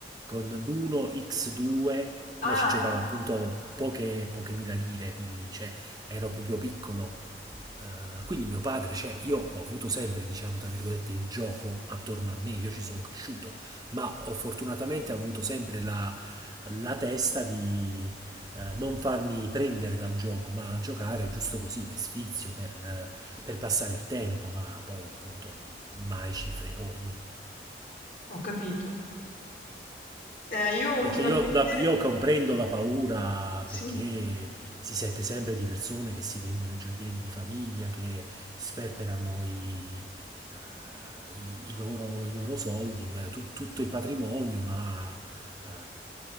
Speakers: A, on the right; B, on the left.
A: con l'1x2,
B: Ah,
A: ma ci giocava
B: ecco,
A: appunto poche, poche mila lire, quindi cioè, ero proprio piccolo. Eh, quindi mio padre, cioè, io ho avuto sempre, diciamo, tra virgolette, il gioco attorno a me, io ci sono cresciuto, ma ho fortunatamente avuto sempre la, la testa di eh, non farmi prendere dal gioco, ma giocare giusto così, per sfizio, per, eh, per passare il tempo, ma poi appunto mai cifre enormi.
B: ho capito. Eh, io ultimamente...
A: Perché io, la- io comprendo la paura
B: Sì.
A: perché si sente sempre di persone che si vendono i gioielli di famiglia, che sperperano i, eh, i- i loro, i loro soldi, eh, tu- tutto il patrimonio, ma eh,